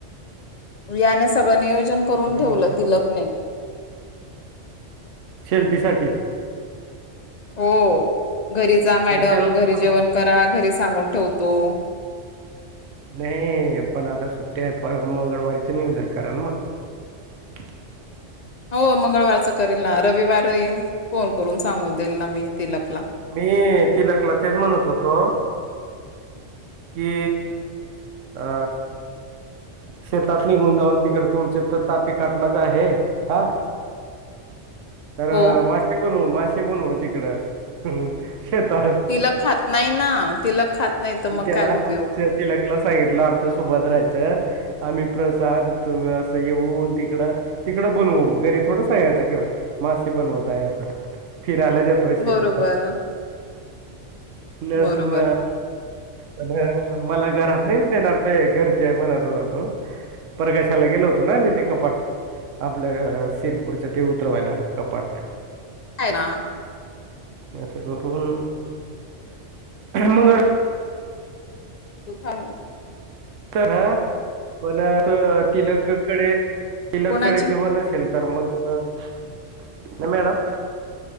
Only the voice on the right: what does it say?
मी
शेल्तीीसाठी
त्याला
नाही पण आता सुट्ट्या आहे पर मंगळवारीच नियोजन कारण मग रीकाम आहे
मी तिलकला तेच म्हणत होतो की अ शेतात निघून जाऊन तिकड तुमच तर तापी काटलाच आहे हा तर
मासे पण हो मासे पण हो तिकडं शेतात
म
त्याला
तिलकला सांगितलं आमच्या सोबत राहायचं आम्ही प्रसाद असं येऊ तिकडं तिकडं बनवू घरी थोड स आहे याचं किंवा म पण होत आहें फिर आला जातोय शेेत
नाही
स म पण मला घरात नाही देणार ते घरचे मनात होता तो प्रकाशाला गेलो होतो ना मी ते कपाट आपल्या शिरपूरच्या ते उतरवायला कपाट
असं करून मंग
ह पण तिलककडे तिलककडे
जेव्हा नसेल तरर् मग नाही मॅडम